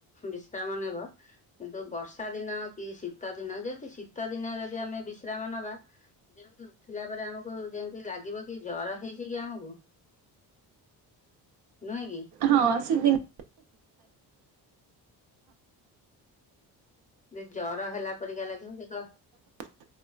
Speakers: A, on the left (about 20°); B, on the right (about 70°).
A: ବିଶ୍ରାମ ନେବ କିନ୍ତୁ ବର୍ଷା ଦିନ କି ଶୀତ ଦିନ ଯେମତି ଶୀତ ଦିନ ଯଦି ଆମେ ବିଶ୍ରାମ ନବା ଯେମିତି ଉଠିଲା ପରେ ଆମକୁ ଯେମତି ଲାଗିବ କି ଜର ହେଇଛି କି ଆମକୁ ନୁହେଁ କି
B: ହଁ ସେ ଦିନ
A: ଜେ ଜର ହେଲା ପରିକା ଲାଗିବ ସେ କ
B: ତ